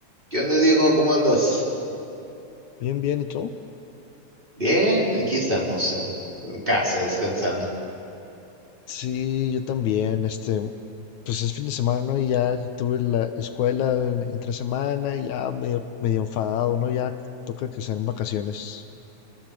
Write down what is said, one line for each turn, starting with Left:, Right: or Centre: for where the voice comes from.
Right: ¿Qué onda, Diego? ¿Cómo andas?
Left: Bien, bien, ¿y tú?
Right: Bien, aquí estamos en, en casa descansando.
Left: Sí, yo también, este, pues es fin de semana, ¿no? Y ya tuve la escuela en- entre semana y ya medio, medio enfadado, ¿no? Ya toca que sean vacaciones.